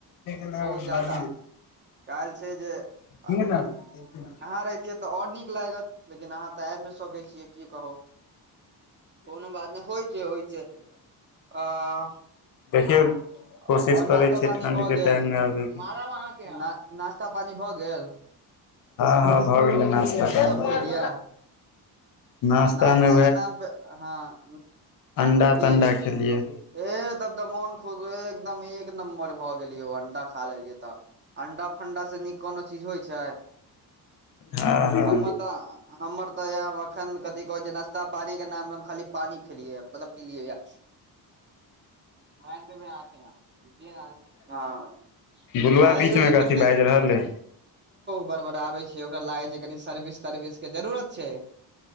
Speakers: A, on the left; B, on the right.
A: न
B: बहुत ज्यादा
A: बाद
B: काल्हि छै जे
A: के
B: आब
A: नाम। <unintelligible>
B: अहाँ रहितियै तऽ आओर नीक लागत लेकिनअहाँ तऽ आबी नै सकै छी। छियै कि कहु कोनो बात नै होइ छै होइ छै। आ हु
A: देखियौ
B: आओर
A: कोशिश करै
B: नाश्ता
A: छियै
B: पानी
A: ठण्ड
B: भऽ
A: के
B: गेल
A: टाइम मे अबैके
B: मारब अहाँ के हम नाशता पानी भए गेल
A: हँ हँ भऽ गेलै
B: हँ
A: नास्ता
B: की
A: पानी
B: सब भेल या
A: नास्ता
B: नाश्ता
A: मे
B: के नाम पे हँ।
A: अण्डा
B: की
A: तण्डा खेलियै।।
B: ए तब तऽ मोन खुश हो एकदम एक नम्बर भऽ गेलयौ अंडा खा लेलियै तऽ। अंडा फण्डा सँ नीक कोनो चीज होइ छै
A: हँ हँ
B: हमर त हमर तऽ याब एखन कथी कहै छै नाश्ता पानी के नाममे हम खाली पानी खेलियै मतलब पिलियै या। मैर तमे हम अहा के हँ। <unintelligible>
A: बुलुआ
B: आ
A: बीच
B: यौ
A: मे
B: एकर
A: कथी
B: क
A: बाजि रहल अइ
B: बरबराबै छै। कि ओकर लागै छै जे कनि सर्विस तर्विस के जरुरत छैय।